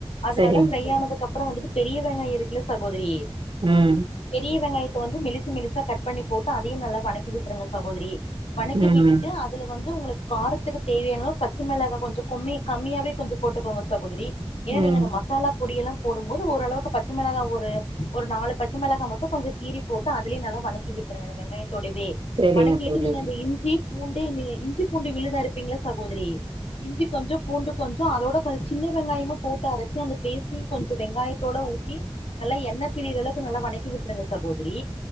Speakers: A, on the left (about 85°); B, on the right (about 60°).
A: அது
B: செரிங்க
A: நல்லா ஃப்ரை
B: தோழி
A: ஆனதுக்கு அப்பறோ வந்துட்டு பெரிய வெங்காய இருக்குல்ல சகோதரி
B: ம்
A: பெரிய வெங்காயத்த வந்து மெலிசு மெலிசா கட் பண்ணி போட்டு அதையு நல்லா வணக்கி விட்டுருங்க சகோதரி வணக்கி
B: ம்
A: விட்டுட்டு அத் அதுல வந்து உங்களுக்கு காரத்துக்கு தேவையான பச்ச மெளகா கொஞ்ச கொம்மி கம்மியாவே கொஞ்சோ போட்டுக்கோங்க சகோதரி எனா
B: ம்
A: நீங்க அந்த மசாலா பொடியெல்லா போடும் போது ஓரளவுக்கு பச்சை மெளகா ஒரு ஒரு நாலு பச்சை மெளகா மட்டு கொஞ்சோ கீரி போட்டு அதுலே நல்லா வணக்கி விட்டுருங்க வெங்காயத்தோடவே
B: செரிங்க
A: வணக்கிட்டு
B: தோழி
A: நீங்க அந்த இஞ்சி பூண்டு இந்த நீங்க இஞ்சி பூண்டு விழுது அரைபிங்ளா சகோதரி இஞ்சி கொஞ்சோ பூண்டு கொஞ்சோ அதோட கொஞ்சோ சின்ன வெங்காயமு போட்டு அரைச் அந்த பேஸ்டியு கொஞ்சோ வெங்காயத்தோட ஊத்தி நல்லா எண்ணெ பிரிர அளக்கு நல்ல வணக்கி விட்டுருங்க சகோதரி